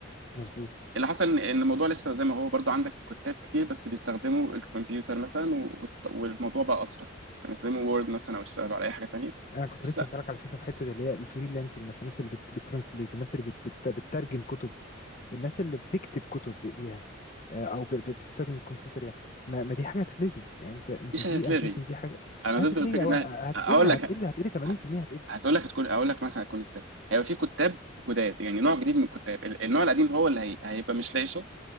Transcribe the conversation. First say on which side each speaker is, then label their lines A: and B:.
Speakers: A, on the left; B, on the right.
A: مظبوط
B: اللي حصل ان إن الموضوع لسه زي ما هو برضه عندك كتاب كتير بس بيستخدموا الكمبيوتر مثلا و- والت- والموضوع بقى اسرع لما يستخدموا وورد مثلا او يشتغلوا على اي حاجه تانيه
A: انا كنت
B: بس
A: لسه
B: لا،
A: هسألك على فكره في حته اللي هي الفريلانسنج مثلا الناس اللي بت... بتترانسليت الناس اللي بت... بت... بتترجم كتب الناس اللي بتكتب كتب بايديها آه، او ب- ب- بتستخدم الكمبيوتر يعني ما, ما دي حاجه هتتلغي يعني انت انت
B: مش
A: دي
B: هتتلغي
A: انا شايف ان دي حاجه
B: انا
A: هتتلغي
B: ضد الفكره
A: او
B: ان
A: آه،
B: أنا-
A: هتقل
B: اقول
A: هتقل
B: لك
A: هتقل 80% هتقل
B: هتقول لك هتكون اقول لك مثلا هتكون ازاي هيبقى في كتاب جداد يعني نوع جديد من الكتاب ال- النوع القديم هو اللي هي... هيبقى مش لاقي شغل